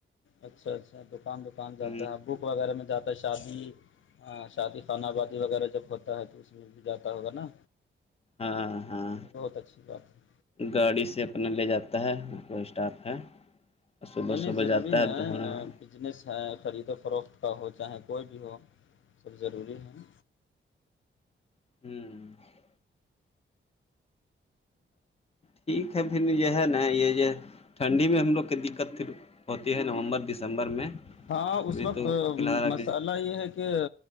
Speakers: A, on the left (about 70°); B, on the left (about 30°).
A: اچھا اچھا دکان دکان پے کون جاتا
B: ہ
A: ہے آپکو وغیرہ میں جاتا ہے شادی ہاں شادی خانہبادی وغیرہ جب ہوتا ہے تو اس میں بھی جاتا ہوگا نا
B: ہاں ہاں
A: بہت اچھی بات ہے
B: گاڑی سے اپنا لے جاتا ہے کوئی اسٹاف ہے صبح
A: نہیں نہیں
B: صبح
A: ضروری
B: جاتا
A: ہے
B: دھونا ہے
A: بجنس ہے خرید و فروخت کا ہو چاہے کوئی بھی ہو سب ضروری ہیں
B: ہاں ٹھیک ہے پھر یہ ہے نا یہ جو ٹھنڈی میں ہم لوگ دقت پھر ہوتی ہے نومبر دسمبر میں
A: ہاں اس
B: ابھی
A: وقت
B: تو فی الحال ابھی
A: مسالہ یہ ہے کہ